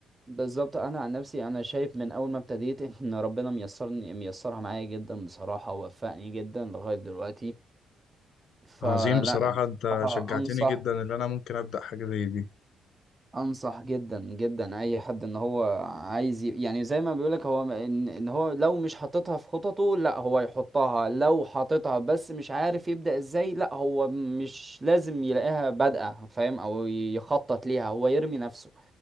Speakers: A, on the right; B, on the left.
A: بالظبط انا عن نفسي انا شايف من اول ما ابتديت <laughs> ان ربنا ميسرني ميسرها معايا جدا بصراحه ووفقني جدا لغايه دلوقتي فلا
B: عظيم بصراحة
A: بصراحه
B: انت شجعتني
A: انصح
B: جدا ان انا ممكن ابدأ حاجة زي دي
A: انصح جدا جدا اي حد ان هو عايز ي... يعني زي ما بيقولك هو م- ان ان هو لو مش حاططها في خططه لا هو يحطها لو حاططها بس مش عارف يبدا ازاي لا هو مش لازم يلاقيها بادئه فاهم او يخطط ليها هو يرمي نفسه